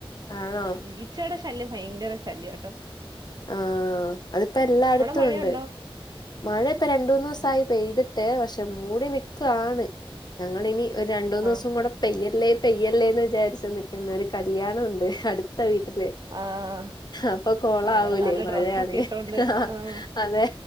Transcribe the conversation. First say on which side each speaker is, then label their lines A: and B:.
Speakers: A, on the left; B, on the right.
A: ആണോ
B: ഈചെട ശല്യം ഭയങ്കര ശല്യാട്ടോ
A: ആ അതിപ്പോ എല്ലായിടത്തും
B: മഴയുണ്ടോ
A: ഉണ്ട് മഴ ഇപ്പ രണ്ട് മൂന്ന് ദിവസമായി പെയ്തിട്ട് പക്ഷെ മൂടി നിക്കുവാണ് ഞങ്ങളിനി ഒരു രണ്ടുന്നൂസും
B: ആഹ്
A: കൂടെ പെയ്യല്ലേ പെയ്യല്ലേന്ന് വിചാരിച്ചു നിൽക്കുന്ന കല്യാണം ഉണ്ട് അടുത്ത വീട്ടില്
B: ആഹ്
A: അപ്പൊ കൊളാവുലെ
B: നമ്മള് നല്ല
A: മഴയാണേ
B: ഡ്രസ്സൊക്കെ ഇട്ടോണ്ട്
A: ആ
B: ആഹ്
A: അതെ